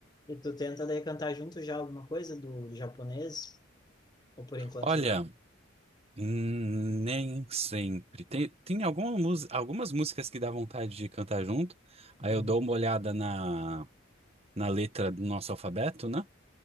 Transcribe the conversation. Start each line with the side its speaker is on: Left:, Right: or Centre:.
Left: E tu tenta daí cantar junto já alguma coisa do, do japonês? Ou por enquanto
Right: Olha.
Left: não?
Right: Hum, nem sempre. Tem, tem alguma mus- algumas músicas que dá vontade de cantar junto. Aí
Left: Uhum.
Right: eu dou uma olhada na, na letra do nosso alfabeto, né?